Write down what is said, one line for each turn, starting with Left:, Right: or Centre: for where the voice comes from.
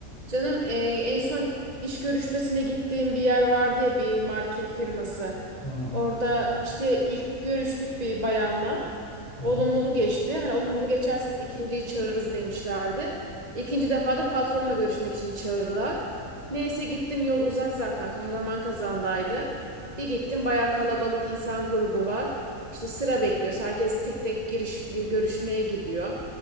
Right: Canım e, en son iş görüşmesine gittiğim bir yer vardı ya bir market firması.
Left: Hı,
Right: Orada işte ilk görüştük bir bayanla.
Left: hı
Right: Olumlu
Left: hı.
Right: geçti. Hani olumlu geçerse ikinciyi çağırırız demişlerdi. İkinci defa da patronla görüşmek için çağırdılar. Neyse gittim yol uzak zaten Kahraman kazandaydı. Bir gittim bayağı kalabalık insan grubu var. İşte sıra bekliyoruz. Herkes tek tek giriş, görüşmeye gidiyor.